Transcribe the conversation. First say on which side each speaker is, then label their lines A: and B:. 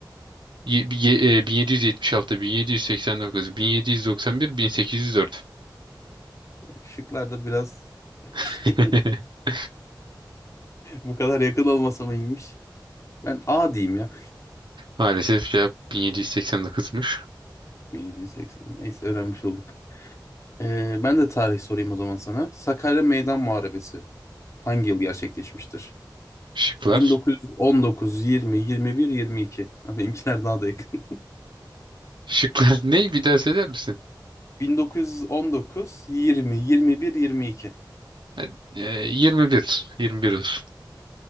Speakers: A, on the right; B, on the left.
A: Ye- bi- ye- e, 1776, 1789, 1791, 1804.
B: Şıklar da biraz <laughs> şey
A: <laughs>
B: bu kadar yakın olmasa mı iyiymiş. Ben A diyeyim ya.
A: Maalesef cevap 1789'muş.
B: 1780. Neyse öğrenmiş olduk. Ee, ben de tarih sorayım o zaman sana. Sakarya Meydan Muharebesi hangi yıl gerçekleşmiştir?
A: Şıklar.
B: 1919, 20, 21, 22. Ha, Benimkiler daha da yakın. <laughs>
A: Şıklar <laughs> ne? Bir daha söyler misin?
B: 1919, 20, 21, 22.
A: Ha, E, 21. 21 olsun.